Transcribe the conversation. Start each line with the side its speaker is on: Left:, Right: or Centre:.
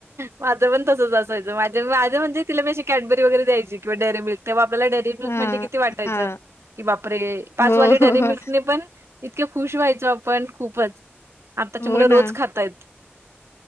Right: माझं पण तसच असायचं माझ माझं म्हणजे तिला मी अशी कॅडबरी वगैर द्यायची किंवा डेरीमिल्क तेव्हा आपल्याला डेरीमिल्क डेरीमिल्क
Left: हां,
Right: म्हणजे किती वाटायचं
Left: हां.
Right: की बापरे पाचवाली
Left: हो,
Right: डेरीमिल्क
Left: हो, हो.
Right: ने पण इतके खुश व्हायचो आपण खूपच. आताची
Left: हो
Right: मुल
Left: ना.
Right: रोज खातायत.